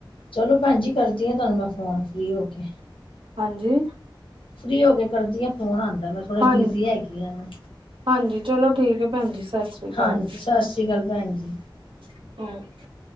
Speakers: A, on the left; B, on the right.
A: ਚਲੋ ਭੈਣ ਜੀ ਕਰਦੀ ਆਂ ਤੁਹਾਨੂੰ ਮੈਂ ਫੋਨ ਫ੍ਰੀ ਹੋ ਕੇ।
B: ਹਾਂਜੀ
A: ਫਰੀ ਹੋ ਕੇ ਕਰਦੀ ਹਾਂ। ਫ਼ੋਨ ਆਉਂਦਾ ਮੈਂ ਥੋੜਾ
B: ਹਾਂ
A: ਬਿਜ਼ੀ ਹੈਗੀ ਹਾਂ। ਮੈਂ-
B: ਹਾਂਜੀ ਚਲੋ ਠੀਕ ਹੈ ਭੈਣ ਜੀ ਸਤਿ ਸ਼੍ਰੀ ਅਕਾਲ
A: ਹਾਂਜੀ ਸਤਿ ਸ਼੍ਰੀ ਅਕਾਲ ਭੈਣ ਜੀ
B: <unintelligible>